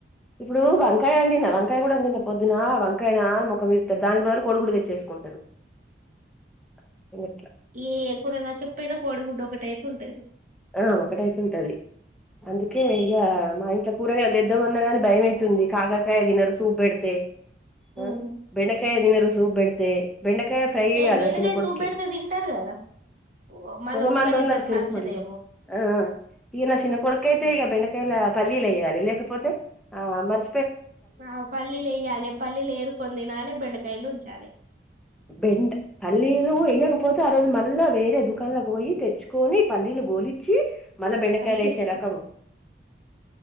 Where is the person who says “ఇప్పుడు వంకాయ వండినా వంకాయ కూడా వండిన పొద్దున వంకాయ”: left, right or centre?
Centre